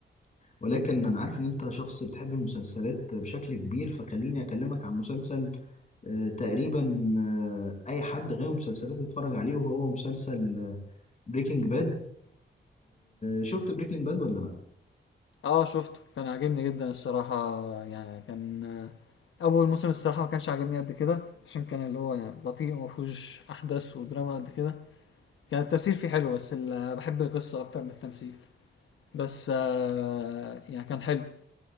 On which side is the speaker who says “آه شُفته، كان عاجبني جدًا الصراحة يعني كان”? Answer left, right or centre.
Left